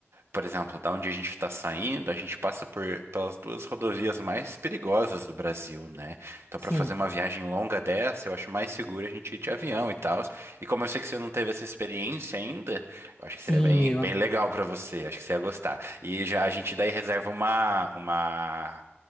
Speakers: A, on the right; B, on the left.
A: por exemplo, da onde a gente está saindo, a gente passa por pelas duas rodovias mais perigosas do Brasil, né? Então,
B: Sim.
A: para fazer uma viagem longa dessa, eu acho mais seguro a gente ir de avião e tal. E como eu sei que você não teve essa experiência ainda, eu acho
B: Sim,
A: que seria bem,
B: amigo.
A: bem legal para você. Acho que você ia gostar. E já a gente daí reserva uma, uma,